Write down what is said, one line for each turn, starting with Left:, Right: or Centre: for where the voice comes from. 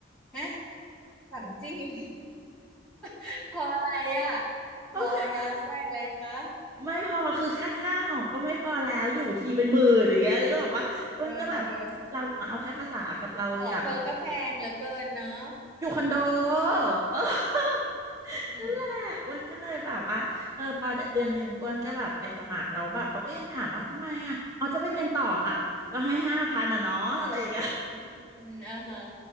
Centre: ฮะถามจริง <laughs> พออะไรอ่ะพอยาไส้อะไรคะ
Right: ้ ไม่พอคือแค่ค่าหอก็ไม่พอแล้วอยู่ทีเป็นหมื่นอย่างเงี้ยแล้อก็บอกว่าอ้วนก็แบบเรามาเอาแค่ภาษากับเราอยาก
Centre: เอออ๋อเธอก็แพงเหลือเกินเนาะ
Right: อยู่คอนโดเออ <laughs>
Centre: อืม
Right: นั่นแหละอ้วนก็เลยแบบว่าเออพอเดือนหนึ่งอ้วนก็แบบไปสมัครแล้วแบบเขาก็ยังถามว่าทำไมอ่ะอ๋อจะไปเรียนต่อค่ะก็ให้ห้าพันอ่ะเนาะอะไรอย่างเงี้ย <laughs>
Centre: อืมอืมอ่าฮะ